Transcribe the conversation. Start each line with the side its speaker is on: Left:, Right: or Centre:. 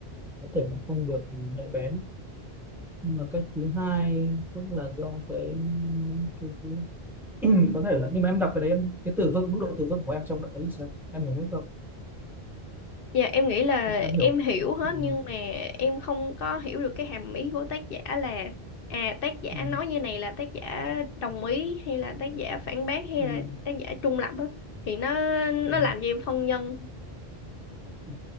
Centre: có thể là không được nhạy bén. Nhưng mà cách thứ hai cũng là do cái, cái, cái... <clears throat> có thể là nhưng mà em đọc cái đấy em cái từ vựng mức độ từ vựng của em trong đoạn đấy thì sao? Em hiểu hết không?
Left: Dạ em nghĩ là
Centre: Em hiểu.
Left: em hiểu hết
Centre: Ừ.
Left: nhưng mà em không có hiểu được cái hàm ý của tác giả là à tác giả
Centre: Ừ.
Left: nói như này là tác giả đồng ý hay là tác giả phản bác hay
Centre: Ừ.
Left: là tác giả trung lập á thì nó nó
Centre: Ừ.
Left: làm cho em phân vân.
Centre: Ừ.